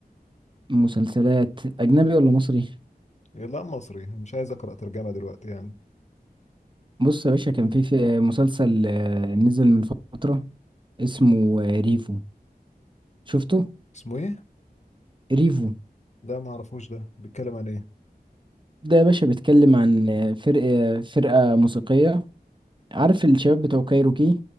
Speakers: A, on the right; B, on the left.
A: مسلسلات أجنبي ولا مصري؟
B: إيه، لا مصري مش عايز اقرا ترجمه دلوقتي يعني
A: بص يا باشا كان في في مسلسل آه، نزل من فترة اسمه آه، ريفو شفته
B: اسمه ايه
A: ريفو
B: لا ما اعرفوش ده بيتكلم عن ايه
A: ده يا باشا بيتكلم عن آه، فرق آه، فرقة موسيقية عارف الشباب بتوع كايروكي